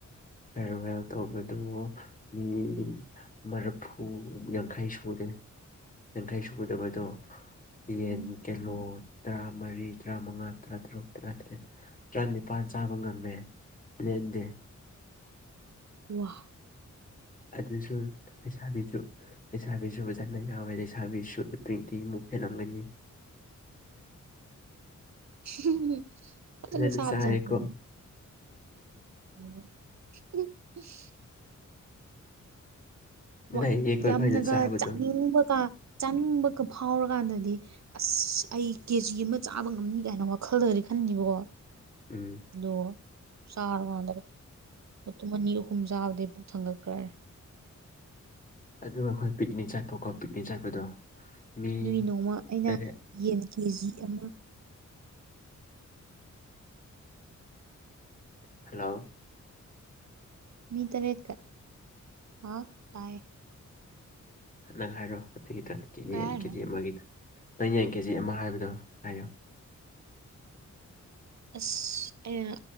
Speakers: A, on the left; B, on the right.
A: ꯐꯦꯔꯋꯦꯜ ꯇꯧꯕꯗꯨ ꯃꯤ ꯃꯥꯔꯐꯨ ꯌꯥꯡꯈꯩ ꯁꯨꯔꯦ ꯌꯥꯡꯈꯩ ꯁꯨꯒꯗꯕꯗꯣ ꯌꯦꯟ
B: ꯎꯝ
A: ꯀꯤꯂꯣ ꯇꯔꯥꯃꯔꯤ ꯇꯔꯥꯃꯉꯥ ꯇꯔꯥꯇꯔꯨꯛ ꯇꯔꯥꯇꯔꯦꯠ ꯇꯔꯥꯅꯤꯄꯥꯜ ꯆꯥꯕ ꯉꯝꯃꯦ ꯂꯦꯟꯗꯦ
B: ꯋꯥ
A: ꯑꯗꯁꯨ ꯂꯩꯁꯥꯕꯤꯁꯨ ꯂꯩꯁꯥꯕꯤꯁꯨ ꯐꯖꯅ ꯌꯥꯎꯋꯦ ꯂꯩꯁꯥꯕꯤꯁꯨ ꯇ꯭ꯋꯦꯟꯇꯤꯃꯨꯛ ꯍꯦꯟꯂꯝꯒꯅꯤ
B: <inaudible>
A: ꯐꯖꯟꯅ
B: ꯆꯥꯕꯖꯥꯠꯅꯤꯅꯦ
A: ꯆꯥꯔꯦꯀꯣ
B: <inaudible> ꯋꯥ
A: ꯅꯩꯌꯦꯀꯣ
B: ꯌꯥꯝꯅꯒ
A: ꯑꯩꯈꯣꯏꯅ ꯆꯥꯕꯗꯣ
B: ꯆꯥꯅꯤꯡꯕꯀꯥ ꯆꯥꯅꯤꯡꯕꯒ ꯐꯥꯎꯔꯀꯥꯟꯗꯗꯤ ꯑꯁ ꯑꯩ ꯀꯦꯖꯤ ꯑꯃ ꯆꯥꯕ ꯉꯝꯅꯤ ꯀꯥꯏꯅ ꯋꯥꯈꯜꯗꯒꯗꯤ ꯈꯟ ꯅꯤꯕꯀꯣ
A: ꯎꯝ
B: ꯗꯣ ꯆꯥꯔꯀꯥꯟꯗ ꯃꯇꯨꯝ ꯑꯅꯤ ꯑꯍꯨꯝ ꯆꯥꯕꯗꯩ ꯄꯨꯛ ꯊꯪꯒꯛꯈ꯭ꯔꯅꯤ
A: ꯑꯗꯨꯒ ꯑꯩꯈꯣꯏ ꯄꯤꯛꯅꯤꯛ ꯆꯠꯄꯀꯣ ꯄꯤꯛꯅꯤꯛ ꯆꯠꯄꯗꯣ ꯃꯤ
B: ꯅꯒꯤ ꯅꯣꯡꯃ ꯑꯩꯅ
A: ꯇꯔꯦꯠ
B: ꯌꯦꯟ ꯀꯦ ꯖꯤ ꯑꯃ
A: ꯍꯜꯂꯣ
B: ꯃꯤ ꯇꯔꯦꯠ ꯀ ꯍꯥ ꯇꯥꯏ
A: ꯅ ꯅꯪ ꯍꯥꯏꯔꯛꯑꯣ ꯑꯗꯨꯒꯤꯗ
B: ꯀꯌꯥ
A: ꯌꯦꯟ
B: ꯍꯥꯏꯅꯣ
A: ꯀꯦꯖꯤ ꯀꯦꯖꯤ ꯑꯃꯒꯤꯗꯣ ꯅꯪ ꯌꯦꯡ ꯀꯦꯖꯤ ꯑꯃ ꯍꯥꯏꯕꯗꯣ ꯍꯥꯏꯌꯨ
B: ꯑꯁ ꯑꯩꯅ